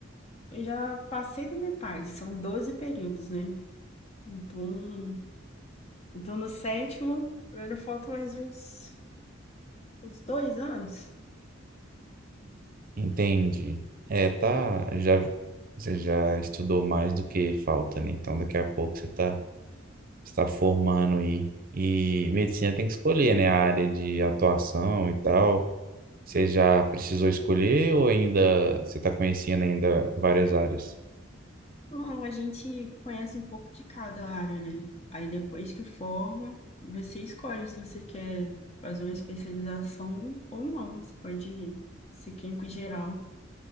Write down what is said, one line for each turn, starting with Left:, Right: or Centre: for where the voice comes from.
Left: Eu já passei da metade, são 12 períodos, né? Então, então no sétimo, ainda falta mais uns, uns dois anos.
Right: Entendi. É, tá, já você já estudou mais do que falta, né? Então daqui a pouco você tá está formando e e medicina tem que escolher, né, a área de atuação e tal. Você já precisou escolher ou ainda você está conhecendo ainda várias áreas?
Left: Não, a gente conhece um pouco de cada área, né? Aí depois que forma, você escolhe se você quer fazer uma especialização ou não. Você pode ser clínico geral.